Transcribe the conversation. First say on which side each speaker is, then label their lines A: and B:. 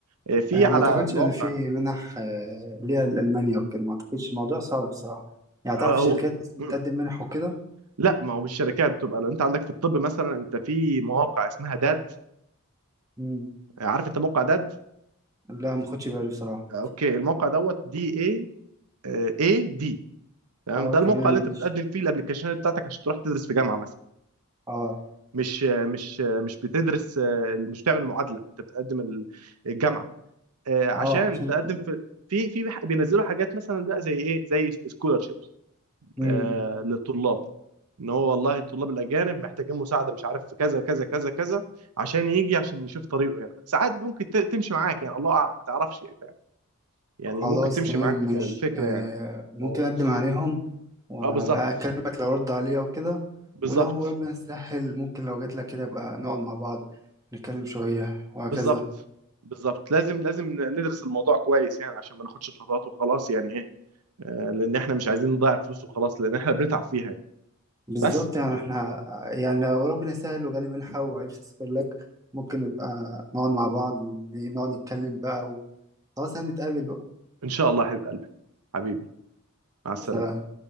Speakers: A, on the right (about 85°); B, on the right (about 15°).
A: آه في
B: آه،
A: على
B: ما اعتقدش
A: مواقع
B: ان في منح آه، ليها لالمانيا وكده ما اعتقدش الموضوع صعب بصراحه يعني
A: أو
B: تعرف شركات بس بتقدم
A: مم.
B: منح وكده
A: لا ما هو مش شركات بتبقى لو انت عندك في الطب مثلا انت في مواقع اسمها داد
B: مم.
A: عارف انت موقع داد
B: لا ما خدش بالي بصراحه
A: اوكي الموقع دوت دي اي اي دي تمام
B: اه
A: ده الموقع
B: تمام
A: اللي
B: ماشي
A: انت بتقدم فيه الابلكيشنات بتاعتك عشان تروح تدرس في جامعه مثلا
B: اه
A: مش مش مش بتدرس آه، مش بتعمل معادله انت بتقدم ال- الجامعه آه، عشان
B: اه عشان
A: تقدم في في في بينزلوا حاجات مثلا بقى زي ايه زي سكولرشيب
B: مم.
A: آه، للطلاب ان هو والله الطلاب الاجانب محتاجين مساعده مش عارف في كذا كذا كذا كذا عشان يجي عشان يشوف طريقه هنا ساعات ممكن ت- تمشي معاك يعني الله اعلم ما تعرفش يعني، فاهم يعني
B: خلاص
A: ممكن تمشي
B: تمام
A: معاك
B: ماشي
A: الفكره
B: آه
A: يعني
B: ممكن
A: اه
B: أقدم عليهم وأبقى
A: آه، بالظبط
B: أكلمك لو رد عليا وكده
A: بالظبط
B: ولو ربنا يسهل ممكن لو جاتلك كده أبقى نقعد مع بعض نتكلم شوية وهكذا
A: بالظبط بالظبط لازم لازم ندرس الموضوع كويس يعني عشان ما ناخدش الخطوات وخلاص يعني ايه آه، لان احنا مش عايزين نضيع فلوس وخلاص لان احنا بنتعب فيها يعني.
B: بالظبط
A: بس
B: يعني احنا يعني لو ربنا يسهل وجالي منحة وعرفت أسافر لك ممكن نبقى نقعد مع بعض نقعد نتكلم بقى وخلاص هنتقابل بقى
A: ان شاء الله يا حبيب قلبي حبيبي مع السلامه
B: سلام